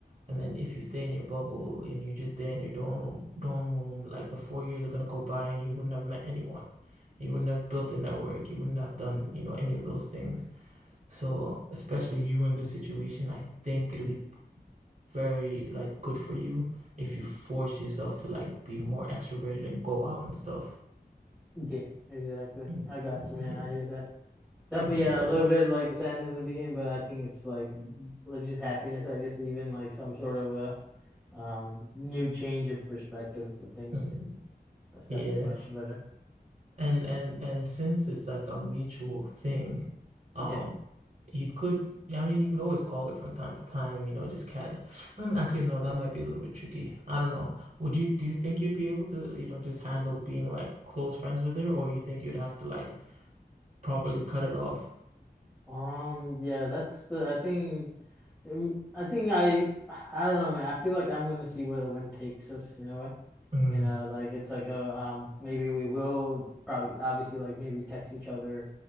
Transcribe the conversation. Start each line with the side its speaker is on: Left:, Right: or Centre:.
Right: And then if you stay in your bubble and you're just there in your dorm dorm room, like the four years are gonna go by and you wouldn't have met anyone. You wouldn't have built a network. You wouldn't have done, you know, any of those things. So, especially you in this situation, I think it'll be very like good for you if you force yourself to like be more extroverted and go out and stuff.
Centre: Yeah, exactly.
Right: Mm,
Centre: I got
Right: mm,
Centre: you, man.
Right: Yeah.
Centre: I hear that. Definitely,
Right: Yeah.
Centre: yeah, a little bit like sadness in the beginning, but I think it's like like just happiness, I guess, even like some sort of a um new change of perspective for things.
Right: mm,
Centre: That's definitely
Right: Yeah.
Centre: much better.
Right: And and and since it's like a mutual thing, um
Centre: Yeah.
Right: you could I mean you could always call it from time to time, you know, just cat Mm, actually no, that might be a little bit tricky. I don't know. Would you do you think you'd be able to, you know, just handle being like close friends with her or you think you'd have to like properly cut it off?
Centre: Um, yeah, that's the I think um, I think I I don't know, man. I feel like I'm gonna see where the wind takes us, you know what?
Right: Mm.
Centre: You know, like it's like a um, maybe we will probably obviously like maybe text each other,